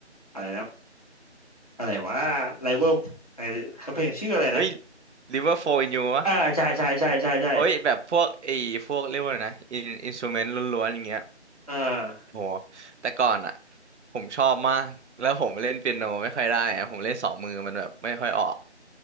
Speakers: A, on the left; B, on the right.
A: อะไรนะอะไรว่าไลเวอร์ไอเขาเพลงชื่ออะไรนะ
B: เฮ้ย River Flow in You วะ
A: อ่าใช่ใช่ใช่ใช่ใช่
B: โอ้ยแบบพวกไอ้พวกเรียกว่าอะไรนะอินอินสตูเมนต์ล้วนๆอย่างเงี้ย
A: อ่า
B: โหแต่ก่อนอ่ะผมชอบมากแล้วผมเล่นเปียโนไม่ค่อยได้อะผมเล่นสองมือมันแบบไม่ค่อยออก